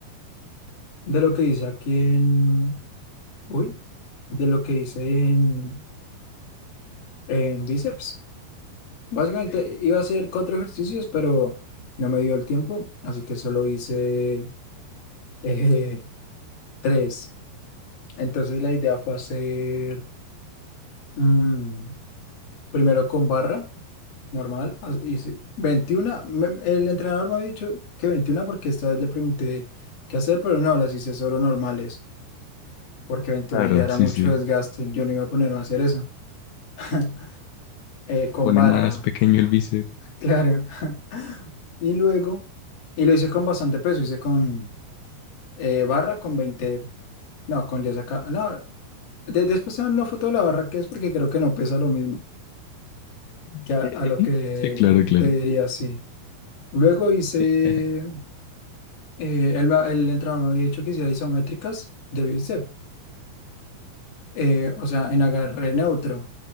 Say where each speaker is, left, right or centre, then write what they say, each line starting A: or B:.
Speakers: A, on the left; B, on the left.
A: de lo que dice aquí en, uy, de lo que hice en, en bíceps. Básicamente
B: Ok.
A: iba a hacer cuatro ejercicios, pero no me dio el tiempo, así que solo hice eh, <laughs> tres. Entonces la idea fue hacer mm, primero con barra normal, as- hice 21 me- el entrenador me había dicho que veintiuna porque esta vez le pregunté qué hacer, pero no, las hice solo normales, porque 21
B: Claro,
A: ya era
B: sí,
A: mucho
B: sí.
A: desgaste, yo no iba a ponerme a hacer eso. <laughs> eh,
B: Se te
A: con
B: pone
A: barra,
B: más pequeño el bíceps.
A: claro. <laughs> Y luego, y lo hice con bastante peso, hice con eh, barra, con 20, no, con 10 acá. No, de- después te mando una foto de la barra que es porque creo que no pesa lo mismo
B: <laughs>
A: que a, a lo que
B: Sí, claro, claro.
A: te diría sí. Luego hice,
B: <laughs>
A: eh, él me- el, entrenador me había dicho que hiciera isométricas de bíceps. eh, o sea, en agarré
B: Ok.
A: neutro